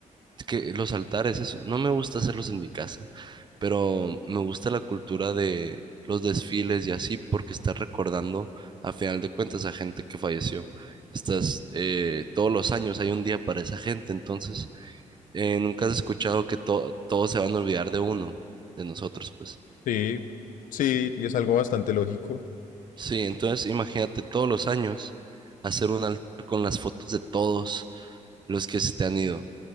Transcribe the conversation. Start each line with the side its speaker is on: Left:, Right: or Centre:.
Right: Es que los altares, eso, no me gusta hacerlos en mi casa, pero me gusta la cultura de los desfiles y así, porque estás recordando a final de cuentas a gente que falleció. Estás, eh, todos los años hay un día para esa gente, entonces eh, nunca has escuchado que to- todos se van a olvidar de uno, de nosotros, pues.
Left: Sí, sí, y es algo bastante lógico.
Right: Sí, entonces imagínate todos los años hacer un altar con las fotos de todos los que se te han ido.